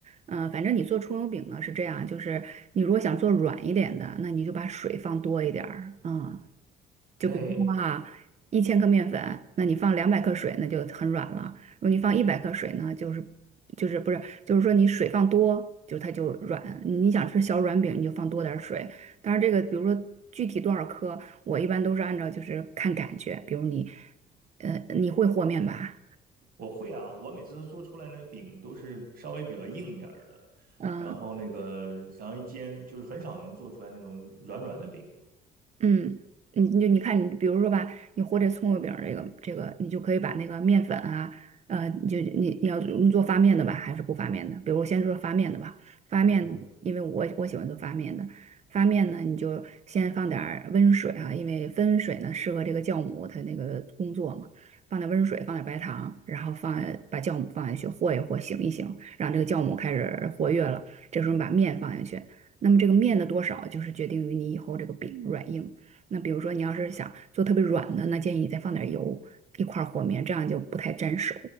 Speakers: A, on the right; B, on the right.
A: 嗯，反正你做葱油饼呢是这样，就是你如果想做软一点的，那你就把水放多一点儿，嗯，
B: 那
A: 就比如说哈，一千克面粉，那你放两百克水，那就很软了；如果你放一百克水呢，就是就是不是就是说你水放多，就它就软。你想吃小软饼，你就放多点儿水。当然这个比如说具体多少克，我一般都是按照就是看感觉，比如你，呃，你会和面吧？
B: 我会啊，我每次都做出来那个饼都是稍微比较硬点儿的，
A: 嗯。
B: 然后那个然后一煎就是很少能做出来那种软软的饼。
A: 嗯，你你就你看，你比如说吧，你和这葱油饼儿这个这个，你就可以把那个面粉啊，呃，你就你你要你做发面的吧，还是不发面的？比如我先说发面的吧，发面呢，
B: 嗯，
A: 因为我我喜欢做发面的，发面呢，你就先放点儿温水啊，因为温水呢适合这个酵母它那个工作嘛，放点温水，放点白糖，然后放把酵母放下去和一和，醒一醒，让这个酵母开始活跃了，这时候你把面放下去。那么这个面的多少，就是决定于你以后这个饼软硬。那比如说你要是想做特别软的，那建议你再放点油一块儿和面，这样就不太粘手。